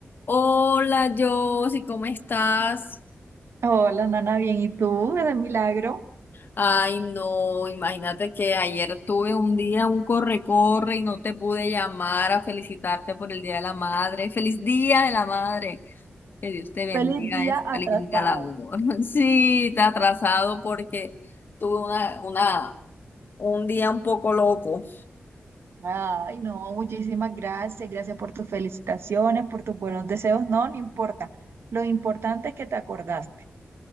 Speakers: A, on the left; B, on the right.
A: Hola, Josie, ¿cómo estás?
B: Hola, Nana, bien. ¿Y tú? Es un milagro.
A: Ay, no, imagínate que ayer tuve un día, un corre-corre y no te pude llamar a felicitarte por el Día de la Madre. ¡Feliz Día de la Madre! Que Dios te bendiga
B: Feliz día
A: en esta
B: atrasado.
A: linda labor. <laughs> Sí, te he atrasado porque tuve una, una, un día un poco loco.
B: Ay, no, muchísimas gracias. Gracias por tus felicitaciones, por tus buenos deseos. No, no importa. Lo importante es que te acordaste.